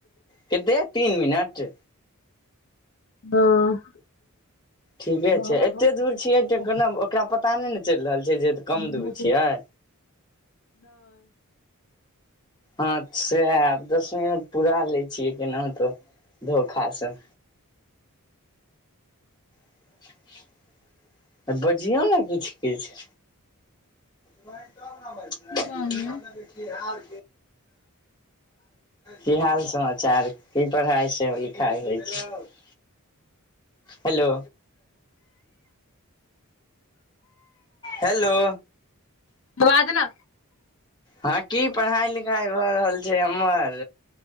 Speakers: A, on the left; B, on the left.
A: कते तीन मिनट।
B: हँ।
A: ठीके
B: हमरा
A: छै, एतेक दूर छियै त केना ओकरा पता नहि ने चलि रहल छै जे कम
B: नहि
A: दुर छियै। अच्छा। हुं, पुरा लै छियै केनाहुतो धोखा से। <unintelligible> आ बजियौ ने किछु किछु। लाइट आफ इहे बजतै,
B: की कहलियै
A: मतलब कि हाल। की हाल समाचार। की पढ़ाइ छै लिखाइ होइ छै। <unintelligible> हेलो। हेलो।
B: बाज ने।
A: हं की पढ़ाई लिखाई भए रहल छै? ओमहर,